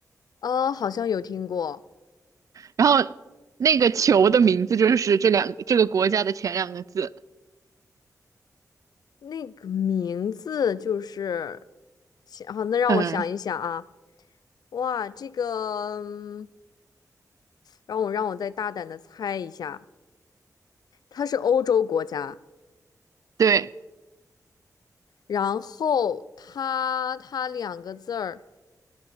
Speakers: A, on the left; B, on the right.
A: 呃，好像有听过
B: 然后那个球的名字就是这两这个国家的前两个字。
A: 那个名字，就是，想好，那让我想一想啊，
B: 嗯，
A: 哇，这个，嗯让我让我再大胆的猜一下，它是欧洲国家。
B: 对，
A: 然后它它两个字儿，